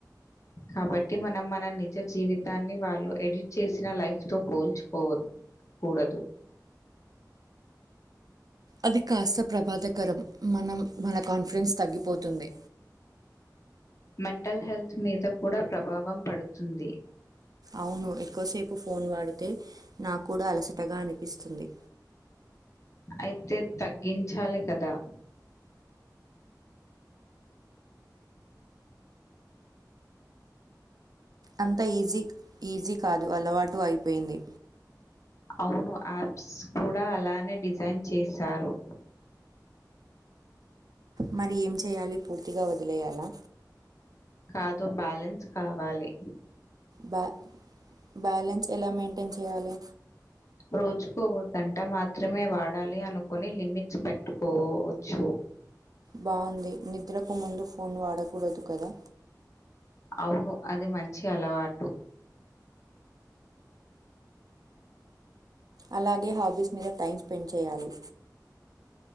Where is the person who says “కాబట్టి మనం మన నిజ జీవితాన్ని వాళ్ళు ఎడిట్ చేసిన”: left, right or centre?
Left